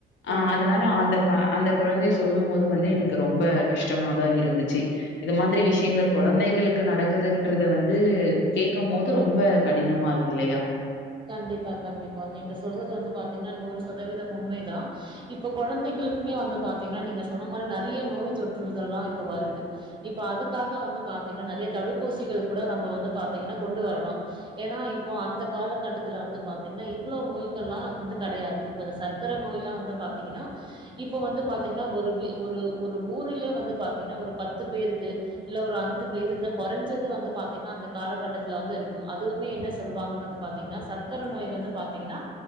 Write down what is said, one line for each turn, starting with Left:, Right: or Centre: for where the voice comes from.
Right: கண்டிப்பா
Left: அ அதனால
Right: கண்டிப்பா
Left: அந்த ப அந்த குழந்தை ஸ் சொல்லும் மோது வந்து எனுக்கு ரொம்ப கஷ்டமாதா இருந்துச்சி இது மாதிரி விஷ்யங்கள் குழந்தைகளுக்கு நடக்குதுன்றத வந்து கேக்க மோது ரொம்ப கடினமாருக்கு இல்லையா
Right: கண்டிப்பா கண்டிப்பா நீங்க சொல்றது வந்து பாத்தீங்னா நூறு சதவீதம் உண்மைதா இப்ப கொழந்தைங்களுக்குமே வந்து பாத்தீங்னா நீங்க சொன்ன மாரி நறைய நோய் தொற்றுதல்லா இப்ப வருது இப்ப அதுக்காக வந்து பாத்தீங்னா நெறைய தடுப்பூசிகள் கூட நம்ப வந்து பாத்தீங்கனா கொண்டு வரலா ஏனா இப்போ அந்த கால கட்டத்துல வந்து பாத்தீங்ன்னா இவ்ளோ நோய்க்கள்லா வந்து கெடையாது இப்ப இந்த சர்க்கர நோய்ல்லா வந்து பாத்தீங்கனா இப்ப வந்து பாத்தீங்ன்னா ஒரு வி ஒரு ஒரு ஊர்லே வந்து பாத்தீங்கனா ஒரு பத்து பேருக்கு இல்ல ஒரு அந்து பேதுக்குதா கொறஞ்சது வந்து பாத்தீங்னா அந்த காலகட்டத்துல வந்து இருக்கும் அதுவுமே என்ன சொல்வாங்கனு வந்து பாத்தீங்ன்னா சர்க்கர நோய் வந்து பாத்தீங்கனா